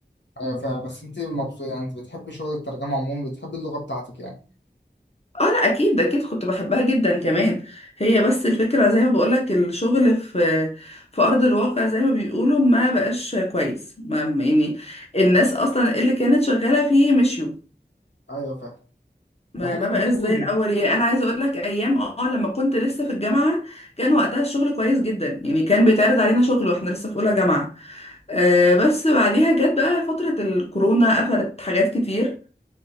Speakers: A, on the left; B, on the left.
A: أيوة فاهم بس أنت مبسوطة يعني أنت بتحبي شغل الترجمة عموما بتحبي اللغة بتاعتك يعني
B: اه لا اكيد اكيد كنت بحبها جدا كمان هي بس الفكرة زي ما بقولك الشغل في في ارض الواقع زي ما بيقولوا ما بقاش كويس ما يعني الناس اصلا اللي كانت شغالة فيه مشيوا
A: أيوة فاهم
B: ما
A: بحس
B: ما
A: برضه
B: بقاش زي الاول يعني انا عايزه اقول لك ايام اه لما كنت لسه في الجامعه كان وقتها الشغل كويس جدا يعني كان بيتعرض علينا شغل واحنا لسه في اولى جامعه آه بس بعديها جت بقى فتره الكورونا قفلت حاجات كتير